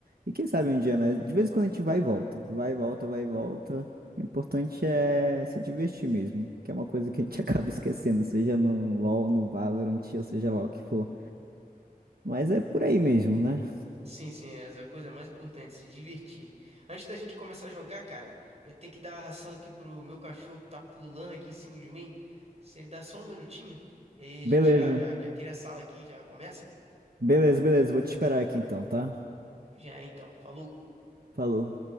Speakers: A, on the right; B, on the right.
A: E quem sabe um dia, né? De vez em quando a gente vai e volta, vai e volta, vai e volta. O importante é se divertir mesmo, que é uma coisa que a gente <laughs> acaba esquecendo, seja no LoL, no Valorant, ou seja lá o que for. Mas é por aí mesmo, né?
B: Sim, sim, essa é a coisa mais importante, se divertir. Antes da gente começar a jogar, cara, eu tenho que dar a ração aqui pro meu cachorro que tá pulando aqui em cima de mim. Você me dá só um minutinho? E aí a
A: Beleza,
B: gente já, já, já cria a sala aqui, e já começa?
A: beleza, beleza. Vou te esperar aqui então, tá?
B: Já, então, falou.
A: Falou.